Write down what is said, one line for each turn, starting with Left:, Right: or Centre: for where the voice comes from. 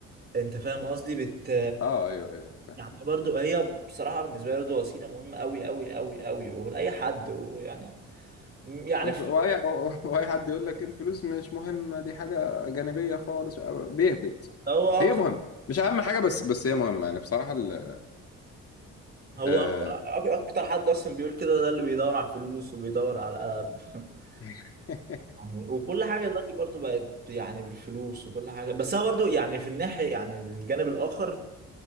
Right: انت فاهم قصدي بت
Left: اه ايوه ايوه فاهم
Right: يعني برضه هي بصراحه بالنسبه لي برضه وسيله مهمه قوي قوي قوي قوي ولاي حد ويعني يعني
Left: وبص-
Right: في
Left: واي <laughs> واي حد يقول لك الفلوس مش مهمه دي حاجه جانبيه خالص بيهبط
Right: هو
Left: هي
Right: اكتر
Left: مهمه مش اهم حاجه بس بس هي مهمه يعني بصراحه ال
Right: هو
Left: آه
Right: أك- اكتر حد اصلا بيقول كده ده اللي بيدور على الفلوس وبيدور على <laughs>
Left: <laughs>
Right: يعني وكل حاجه دلوقتي برضو بقت يعني بالفلوس وكل حاجه بس انا برضو يعني في الناحيه يعني بالجانب الاخر